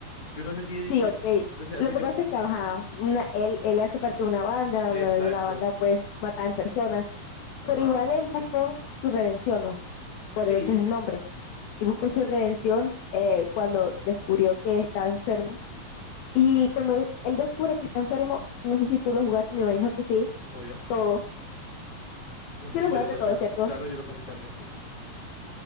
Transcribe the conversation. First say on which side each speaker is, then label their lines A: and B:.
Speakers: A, on the left; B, on the left.
A: yo no sé si,
B: sí, ok.
A: o sea,
B: Lo
A: si
B: que
A: te,
B: pasa es que ajá, una, él, él hace parte de una banda,
A: exacto.
B: lo de la banda pues matan personas,
A: Ajá,
B: pero igual él buscó su redención, ¿no?
A: sí,
B: Por eso es el nombre. Él buscó
A: es-
B: su redención eh, cuando descubrió que estaba enfermo Y cuando él él descubre que está enfermo, no sé si tú lo jugaste, me imagino que sí,
A: es obvio.
B: todo.
A: Ujú,
B: Sí lo jugaste
A: yo lo pasé,
B: todo, ¿cierto?
A: claro, yo lo pasé también, ujú,